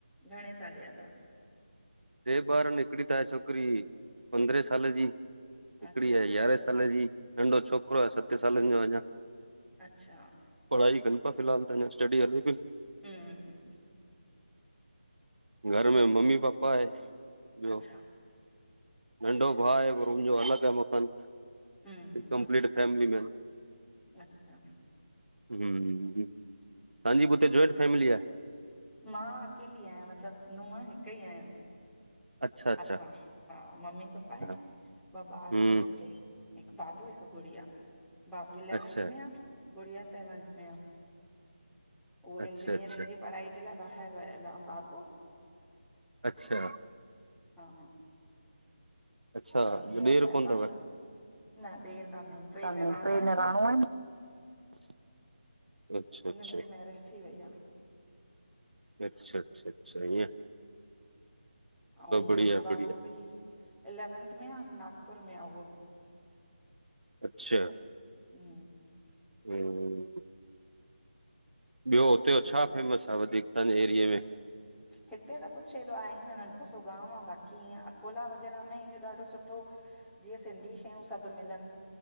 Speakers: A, in the centre; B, on the right (about 75°).
A: घणे साले जा तव?
B: ट्रे ॿार इन, हिकड़ी त आहे छोकरी, पंद्रहें साले जी। हिकड़ी
A: अच्छा
B: आहे यारहें साले जी, नंढ़ो छोकरो आहे सते सालन जो आहे अञा।
A: अच्छा
B: पढ़ाई कन पा, फिलहाल त अञा स्टडी हले पी।
A: हम्म हम्म
B: घर में मम्मी पापा आहे, ॿयो।
A: अच्छा
B: नंढ़ो
A: अच्छा
B: भा आहे, पर मुंजो अलॻ आहे मकान,
A: हम्म हम्म
B: कंपलीट फैमली मैन।
A: अच्छा अच्छा
B: हूं हूं, तहांजी बि हुते जॉइंट फैमली आहे?
A: मां अकेली आयां, मतिलब नूंहं हिकई आयांन।
B: अच्छा अच्छा
A: असां, हा, मम्मी पपा
B: हा
A: एन, ॿ
B: हम्म
A: ॿार एन मूंखे। हिक बाबू, हिक गुड़िया, बाबू इलेवन्थ
B: अच्छा
A: में आ, गुड़िया सेवंथ में आ। उहो इंजीनियरिंग
B: अच्छा अच्छा
A: जी पढ़ाईअ जे लाइ, ॿाहिर वयल आ, बाबू!
B: अच्छा
A: हां हा
B: अच्छा
A: ए कीअं असांजो
B: ॾेर कोन अथव
A: पांजो न ॾेर कान्हें,
B: असांमें
A: ट्रे निराणू एन।
B: <inaudible> अच्छा
A: उन्हन जी मेरिज थी वई आ।
B: अच्छा अच्छा अच्छा, इअं।
A: अऊं,
B: बढ़िया
A: मुंजो बाबू
B: बढ़िया
A: बी। इलेवेंथ में आ, नागपुर में आ उहो।
B: अच्छा,
A: हम्म
B: हूं ॿयो हुते जो
A: ॿियो
B: छा फेमस आ वधीक, तांजे एरिए में?
A: हिते त कुछ एॾो आहे ई न, नंढ़ड़ो सो गांव आ, बाक़ी ईअं अकोला वग़ैरह में इहो ॾाढो सुठो जीअं सिंधी शयूं सभ मिलन,